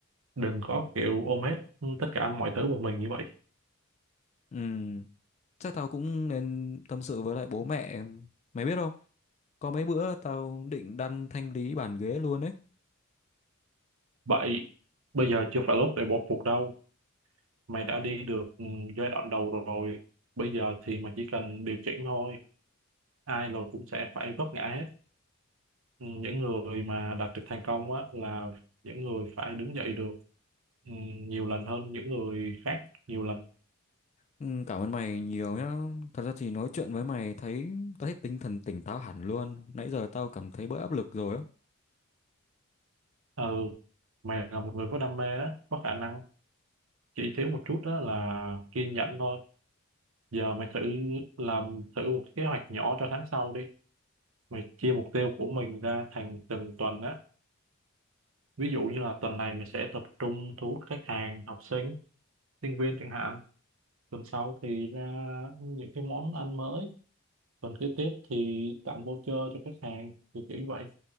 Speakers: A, on the right; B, on the left.
A: đừng có kiểu ôm hết tất cả mọi thứ một mình như vậy
B: Ừ. Chắc tao cũng nên tâm sự với lại bố mẹ. Mày biết không? Có mấy bữa tao định đăn thanh lý bàn ghế luôn ấy.
A: vậy bây giờ chưa phải lúc để bỏ cuộc đâu mày đã đi được ừ, giai đoạn đầu rồi bây giờ thì mày chỉ cần điều chỉnh thôi ai rồi cũng sẽ phải vấp ngã hết Ừ, những người mà đạt được thành công á là những người phải đứng dậy được ừ, nhiều lần hơn những người khác nhiều lần
B: Ừ, cảm ơn mày nhiều nhá. Thật ra thì nói chuyện với mày thấy tao thấy tinh thần tỉnh táo hẳn luôn. Nãy giờ tao cảm thấy bớt áp lực rồi á.
A: ừ mày là một người có đam mê á có khả năng chỉ thiếu một chút đó là kiên nhẫn thôi giờ mày thử làm thử một kế hoạch nhỏ cho tháng sau đi mày chia mục tiêu của mình ra thành từng tuần á ví dụ như là tuần này mày sẽ tập trung thu hút khách hàng học sinh sinh viên chẳng hạn tuần sau thì ra những cái món ăn mới tuần kế tiếp thì tặng voucher cho khách hàng kiểu kiểu như vậy